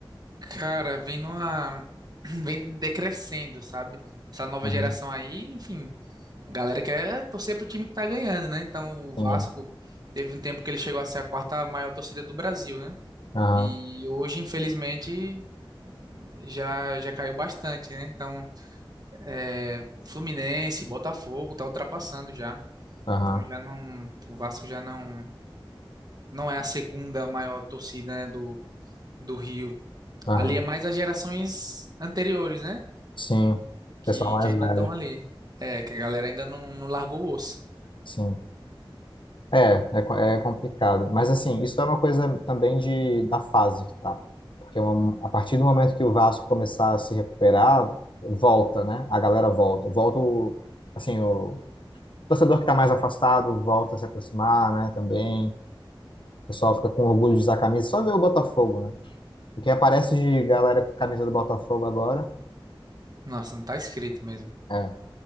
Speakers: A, on the right; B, on the left.
A: Cara, vem numa. <clears throat> Vem decrescendo, sabe? Essa nova
B: Uhum,
A: geração aí, enfim, a galera quer torcer pro time que tá ganhando, né? Então, o
B: sim.
A: Vasco teve um tempo que ele chegou a ser a quarta maior torcida do Brasil, né?
B: Aham,
A: E hoje, infelizmente, já já caiu bastante, né? Então, é, Fluminense, Botafogo tá ultrapassando já.
B: aham,
A: Então já não, o Vasco já não não é a segunda maior torcida, né, do do Rio.
B: aham.
A: Ali é mais as gerações anteriores, né?
B: Sim.
A: Que,
B: Pessoal mais
A: que ainda
B: velho.
A: estão ali. É, que a galera ainda não, não largou o osso.
B: Sim. É, é, co- é complicado. Mas assim, isso é uma coisa também de, da fase que tá. Porque um- a partir do momento que o Vasco começar a se recuperar, volta, né? A galera volta. Volta o, assim, o, torcedor que está mais afastado volta a se aproximar, né? Também. O pessoal fica com orgulho de usar a camisa. Só ver o Botafogo, né? O que aparece de galera com camisa do Botafogo agora.
A: Nossa, não tá escrito mesmo.
B: É.